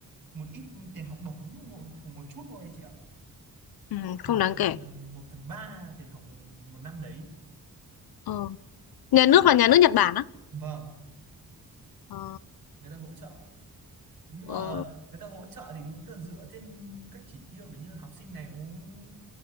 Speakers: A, on the right; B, on the left.
A: một ít tiền học bổng của một chút thôi chị ạ
B: ừ, không
A: một
B: đáng kể
A: gần một phần ba tiền học một năm đấy
B: Ờ. nhà nước là nhà nước Nhật Bản
A: vâng
B: ờ
A: người ta hỗ trợ nhưng mà
B: ờ
A: người ta hỗ trợ thì cũng là dựa trên các chỉ tiêu kiểu như học sinh này cũng